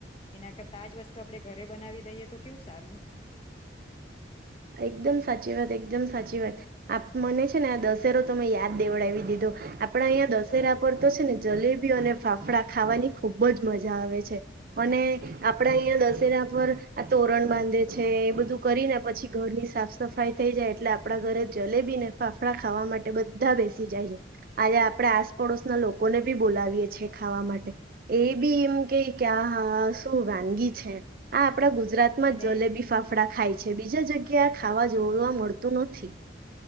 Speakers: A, on the left; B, on the right.
A: એના કરતા આજ વસ્તુ આપણે ઘરે બનાવી દઈએ તો કેવું સારું
B: એકદમ સાચી વાત એકદમ સાચી વાત મને છે, ને આ દશેરો તમે યાદ દેવડાવી દીધો આપડા અહીંયા દશેરા પર તો છે ને જલેબી અને ફાફડા ખાવાની ખુબ જ મજા આવે છે, અને આપડા અહીંયા દશેરા પર આ તોરણ બાંધે છે એ બધું કરીને પછી ઘરની સાફ સફાઈ થઈ જાય એટલે આપણા ઘરે જલેબી ને ફાફડા ખાવા માટે બધા બેસી જાય છે આજે આપણેે આસપડોસના લોકોને બી બોલાવીએ છે ખાવા માટે એ બી એમ કે કે આ હા શું વાનગી છે આ આપણા ગુજરાતમાં
A: અને
B: જલેબી ફાફડા ખાય છે. બીજા જગ ગ્યા આ ખાવા જોવા મળતું નથી.